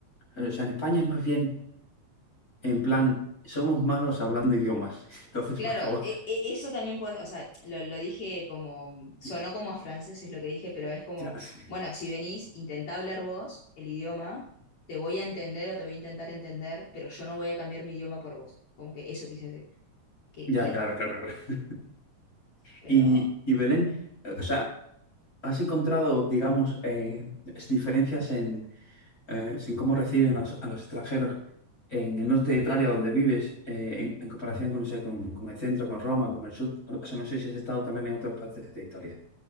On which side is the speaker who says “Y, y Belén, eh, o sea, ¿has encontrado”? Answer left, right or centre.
Left